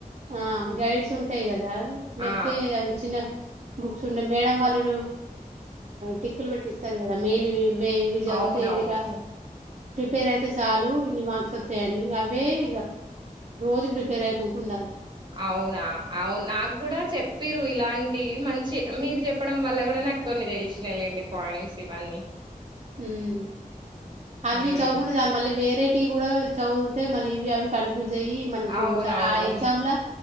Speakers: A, on the right; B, on the right.
A: ఆ గైడ్స్ ఉంటాయి గదా లేకపోతే
B: ఆ
A: అవి చిన్న బుక్స్ ఉండే మేడం వాళ్ళు టిక్కులు పెట్టిస్తారు గదా మేన్వి యే ఇవి జావ్తే
B: ఆ అవునవును
A: ఇవి రా ప్రిపేరైతే తాలు ఇన్ని మార్క్స్ వత్తయని అవే ఇగా రోజు ప్రిపేర్ అయికుంటూ ఉండాలి
B: అవునా అవును నాకు కూడా చెప్పిరు ఇలాంట్ కీ మంచి మీరు చెప్పడం వల్ల కూడా నాకు కొన్ని తెేలిసినాయ్ లేండి పాయింట్స్ ఇవన్నీ
A: హుమ్ అవి
B: ఉమ్
A: చౌకుంటే చాలు మళ్ళి వేర్ టివి కూడా చదువుతే మల్లి అవి ఇవి కన్ నువ్ జేయ్యి మనకు
B: అవునవును
A: సార్ ఆ ఎగ్జామ్ లా